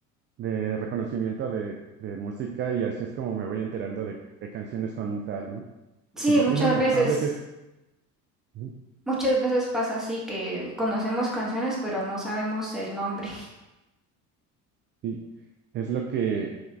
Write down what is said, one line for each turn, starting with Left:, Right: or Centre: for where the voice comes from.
Right: de reconocimiento de, de música y así es como me voy enterando de qué canciones son tal, ¿no? Porque
Centre: sí,
Right: pues
Centre: muchas
Right: sí, no, mis
Centre: veces.
Right: padres, es- Ujú.
Centre: Muchas veces pasa así que conocemos canciones pero no sabemos el nombre.
Right: sí, es lo que, es